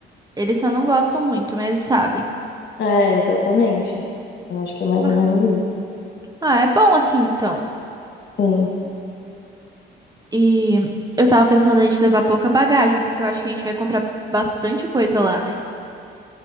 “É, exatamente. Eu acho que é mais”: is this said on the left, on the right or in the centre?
Left